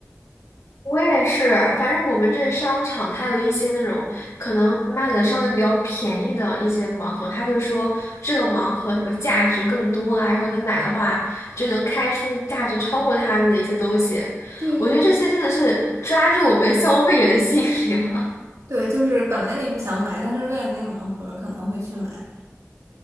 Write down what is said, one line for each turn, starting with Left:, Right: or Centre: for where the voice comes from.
Left: 我也是，反正我们这商场它有一些那种可能卖的稍微比较便宜的一些盲盒，它就说这个盲盒什么价值更多啊，然后你买的话就能开出价值超过它的一些东西。
Right: 对对对，
Left: 我觉得这些真的是抓住我们消费者的心理了，
Right: 对，就是本来你不想买，但是为了那个盲盒可能会去买，